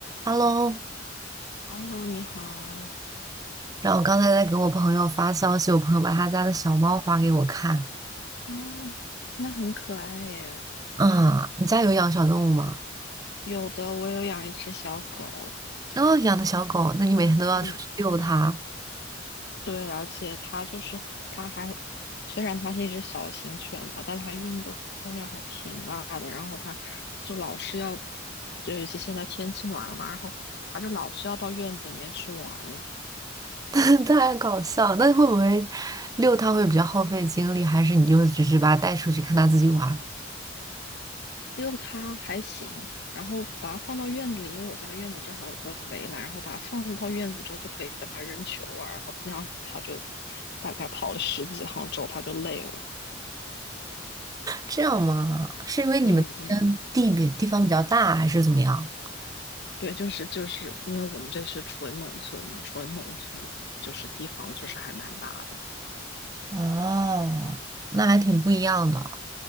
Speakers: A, on the right; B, on the left.
A: Hello，
B: Hello，你好。
A: 然后我刚才在给我朋友发消息，我朋友把他家的小猫发给我看。
B: 哦，那很可爱耶。
A: 啊，你家有养小动物吗？
B: 有的，我有养一只小狗。
A: 哦，养的小狗，那你每天都要出去遛它，
B: 嗯，对，而且它就是它还，虽然它是一只小型犬吧，但它运动量还挺大的。然后它就老是要，就尤其现在天气暖了嘛，然后它就老是要到院子里面去玩。
A: <laughs> 太搞笑。那会不会遛它会比较耗费精力，还是你就只是把它带出去看它自己玩儿
B: 遛它还行，然后把它放到院子里，因为我家院子正好有个围栏，然后把它放到院子之后就可以跟它扔球啊，然后那样子它就大概跑了十几趟之后它就累了。
A: 这样吗？是因为你们那边地比地方比较大，
B: 嗯嗯，
A: 还是怎么样？
B: 对，就是就是因为我们这是纯农村嘛，纯农村就是地方就是还蛮大的，
A: 哦，那还挺不一样的。